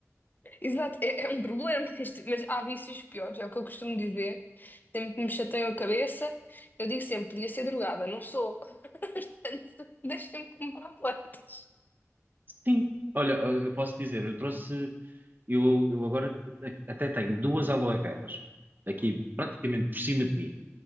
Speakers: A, on the left; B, on the right.
A: <laughs> Exato, é, é um problema, <laughs> isto- mas há vícios piores, é o que eu costumo dizer. Sempre que me chateiam a cabeça, eu digo sempre, podia ser drogada, não sou. <laughs> Portanto, deixem-me comprar plantas.
B: Sim. Olha, eu eu posso dizer, eu trouxe, eu, eu agora a- até tenho duas aloe veras aqui praticamente por cima de mim.